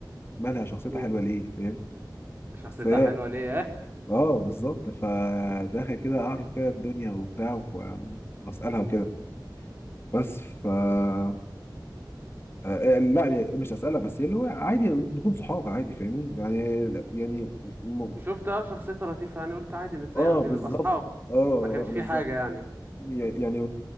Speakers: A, on the left (about 30°); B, on the right (about 25°).
A: مالها شخصيتها
B: مم.
A: حلوه ليه فاهم
B: شخصيتها
A: بس هي
B: حلوه ليه يا اخي
A: اه بالظبط فداخل كده اعرف كده الدنيا وبتاع و- واسالها وكده بس ف آه، آه، لا مش اسالها بس اللي هو عادي نكون صحاب عادي فاهمني يعني يعني م...
B: شفت اه <laughs> شخصيتها لطيفه يعني قلت عادي نت...
A: اه
B: يعني
A: بالظبط
B: نبقى اصحاب
A: اه
B: ما كانش
A: آه، بالظبط
B: في حاجه يعني
A: ي- يعني